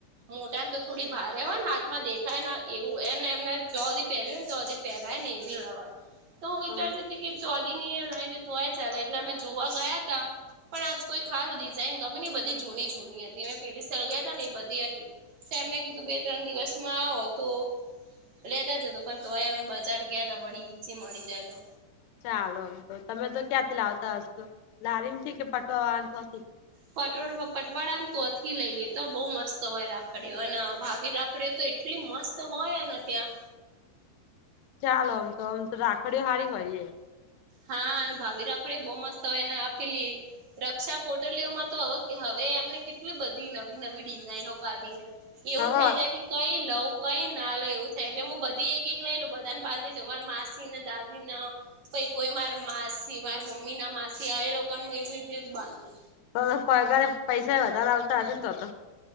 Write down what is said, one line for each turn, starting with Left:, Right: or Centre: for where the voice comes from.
Right: મોટા ને તો થોડી ભારે હોયન હાથમાં દેખાય ન એવું એને એમને જોહુધી પેરવી હોયન તોહધી પેરાયન એવી લેવાય તો હું વિચારતી
Left: આમ
Right: ચોદી નીય લાઈદી તોય ચાલે એટલે અમે જોવા ગયા હતા. પણ આજ કોઈ ખાસ ડિઝાઇન ગમે ને એ બધી જૂની જૂની હતી અમે પેલી સાલ ગયાતા ને એ બધી હતી. તો એમને કીધું બે ત્રણ દિવસમાં આવો તો લેતા જજો પણ તોય અમે બજ જાર ગ્યાતા વળી બીજી મળી જાય તો.
Left: ચાલ અમ તો તમે તો ક્યાંથી લાવતા હસો લારીમ થી કે પટોઆન તોથી.
Right: પટોળ પટવાળાન તોથી લઈએ તો બઉ મસ્ત હોય રાખડીઓ અન ભાભી રાખડી તો એટલી મસ્ત હોયને ત્યાં.
Left: ચાલો ઓમ તો ઓમ તો રાખડીઓ હારી હોય એ.
Right: હા અને ભાવી રાખડીઓ બઉ મસ્ત હોયન અ આપેલી રક્ષા પોટલીઓમાં તો અવ હવે એમને કેટલી બધી નવી નવી ડિઝઇનો કાઢી હે. એવું
Left: હા
Right: થઈ જાય કે કઈ લઉ કઈ ના લઉ એવું થાય એટલે મું બધી એક એક લઈલવ બધાને બાંધ એજ અમાર માસી ન દાદી ન પઈ કોઈ માર માસી માર મમ્મી ના માસી એ લોકોનું એવીથી જ બાંધું.
Left: તોનો પગારે પૈસા વધાર આવતા હશે ને તો તો.